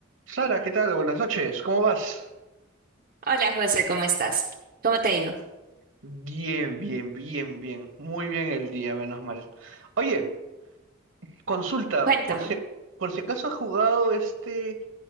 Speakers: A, on the right; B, on the right.
A: Sara, ¿qué tal? Buenas noches, ¿cómo vas?
B: Hola José, ¿cómo estás? ¿Cómo te ha ido?
A: Bien, bien, bien, bien. Muy bien el día, menos mal. Oye, consulta,
B: Cuéntame.
A: por si, por si acaso has jugado este